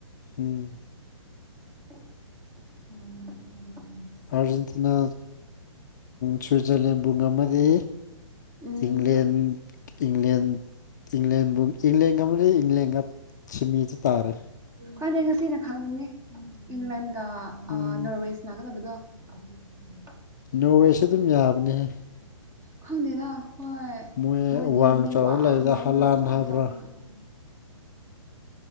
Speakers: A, on the left; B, on the right.
A: ꯎꯝ
B: ꯍ
A: ꯑꯥꯔꯖꯦꯟꯇꯤꯅꯥ ꯁ꯭ꯋꯤꯖꯔꯂꯦꯟ ꯨꯡꯒꯥ ꯃꯗꯤ
B: ꯎꯝ
A: ꯏꯪꯂꯂꯦꯟ ꯏꯪꯂꯦꯟ ꯏꯪꯂꯦꯟꯕꯨ ꯏꯪꯂꯦꯟꯒ ꯃ ꯏꯪꯂꯦꯟꯒ ꯁꯤꯃꯤꯗ ꯇꯥꯔꯦ
B: ꯐꯅꯦ ꯉꯁꯤꯅ ꯈꯪꯉꯅꯤ ꯏꯪꯂꯦꯟꯒ
A: ꯎꯝ
B: ꯅꯣꯔꯋꯦꯁ ꯅꯥꯒꯗꯕꯗꯣ ꯎꯝ ꯎ
A: ꯏ ꯅꯣꯋꯦꯁꯨꯦ ꯑꯗꯨꯝ ꯌꯥꯕꯅꯦꯍꯦ
B: ꯈꯪꯗꯦꯗ ꯍꯣꯏ
A: ꯃꯣꯏ
B: ꯃꯣꯏꯗꯤ ꯃꯤ
A: ꯆꯥꯎꯕ
B: ꯋꯥꯡ
A: ꯂꯩꯗ
B: ꯋꯥꯡꯔꯒ
A: ꯍꯂꯥꯟ
B: ꯆꯥꯎ
A: ꯍꯥꯏꯕ꯭ꯔꯥ
B: ꯆꯥꯎꯔꯒ <inaudible>